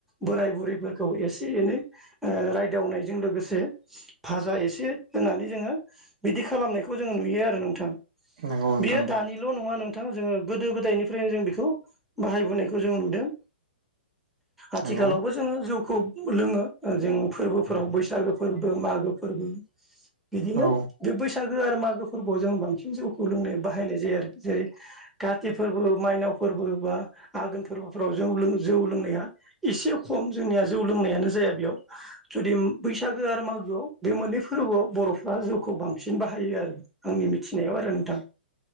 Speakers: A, in the centre; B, on the right.
A: बोराय बुरैफोरखौ एसे एनै ओ रायदावनायजों लोगोसे भाजा एसे होनानै जोङो बिदि खालामनायखौ जोङो नुयो आरो नोंथां
B: नंगौ नोंथां
A: बियो दानि ल नङा नोंथां जोङो गोदो गोदायनिफ्रायनो जों बेखौ बाहायबोनायखौ जों नुदों आथिखालावबो
B: नंगौ
A: जोङो जौखौ लोङो जों फोरबोफोराव बैसागो फोरबो मागो फोरबो बिदिनो
B: औ
A: बे बैसागो आरो मागो फोरबोआव जों बांसिन जौखौ लोंनो बाहायनाय जायो आरो जेरै काति फोरबो माइनाव फोरबो बा आघोन फोरबोफ्राव जौ लों जौ लोंनाया एसे खम जोंनिया जौ लोंनायानो जाया बेयाव जुदि बैसागो आरो मागोआव बे मोननै फोरबोआव बर'फ्रा जौखौ बांसिन बाहायो आरो। आंनि मिथिनायाव आरो नोंथां